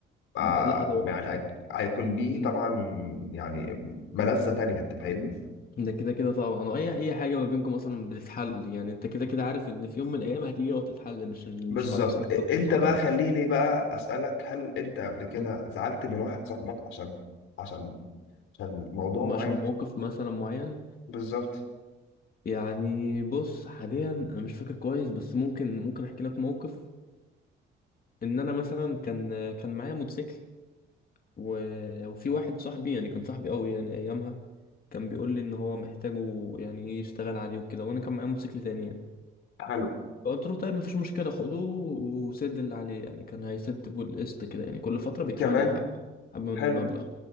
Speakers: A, on the left; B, on the left.
A: آه،
B: لا طبعا
A: يعني هيك-
B: يعني.
A: هيكون ليه
B: مم.
A: طبعا يعني ملذة تانية انت فاهمني
B: ده كده كده طبعا واي اي حاجة ما بينكم اصلا بتتحل يعني انت كده كده عارف ان في يوم من الايام هتيجي وتتحل مش مش
A: بالظبط
B: خلاص علاقتكم
A: انت
B: اتقطعت
A: بقى خليني بقى اسألك هل انت قبل كده
B: مم.
A: زعلت من واحد صاحبك عشان عشان عشان موضوع معين
B: عشان موقف مثلا معين
A: بالظبط
B: يعني بص حاليا انا مش فاكر كويس بس ممكن ممكن احكي لك موقف ان انا مثلا كان كان معايا موتوسيكل و... وفي واحد صاحبي يعني كان صاحبي قوي يعني ايامها كان بيقول لي ان هو محتاجه يعني ايه يشتغل عليه وكده وانا كان معايا موتوسيكل تاني يعني
A: حلو
B: فقلت له طيب مفيش مشكله خده وسد اللي عليه يعني كان هيسد بالقسط كده يعني كل فتره بيدفع
A: كمان
B: لي حبه حبه من
A: حلو
B: المبلغ